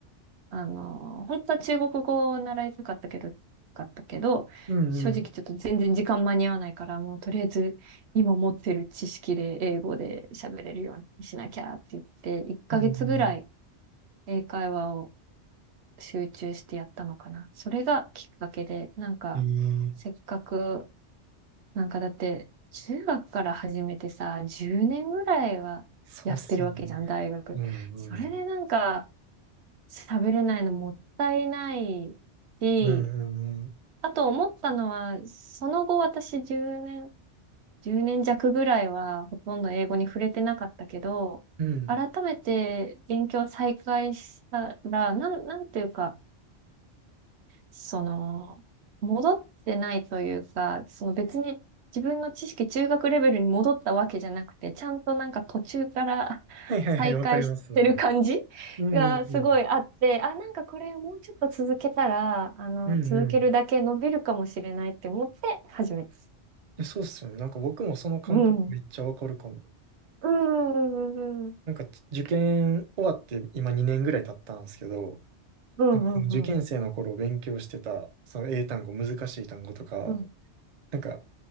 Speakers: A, on the right; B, on the right.
A: あの、本当は中国語を習いたかったけど、かったけど、
B: うんうん。
A: 正直ちょっと全然時間間に合わないから、もうとりあえず今持ってる知識で英語で喋れるようにしなきゃって言って、1ヶ月ぐらい
B: うん
A: 英会話を集中してやったのかな。それがきっかけで、なんか、
B: うん。
A: せっかく、
B: ええ
A: なんかだって、中学から始めてさ、10年ぐらいはやってるわけじゃん、
B: そうっすよね。
A: 大学。
B: うんうん。
A: それでなんか、喋れないのもったいないし、
B: うんうんうん。
A: あと思ったのは、その後私10年、1年弱ぐらいはほとんど英語に触れてなかったけど、
B: うん。
A: 改めて勉強再開したら、なん、なんていうか、その、戻ってないというか、その別に自分の知識中学レベルに戻ったわけじゃなくて、ちゃんとなんか途中から
B: はいはいはい、
A: 再開してる感じがすごいあって、
B: わかります、わかる。うんうんうん。
A: あ、なんかこれもうちょっと続けたら、あの、
B: うんうん。
A: 続けるだけ伸びるかもしれないって思って始めた。
B: え、そうっすよね。なんか僕もその感覚めっちゃわかるかも。
A: うん。うん。うん。うん。
B: なんか受験終わって今2年ぐらい経ったんですけど、
A: うん。
B: なんかその受験生の頃勉強してた、その英単語、難しい単語とか、
A: うん。
B: なんか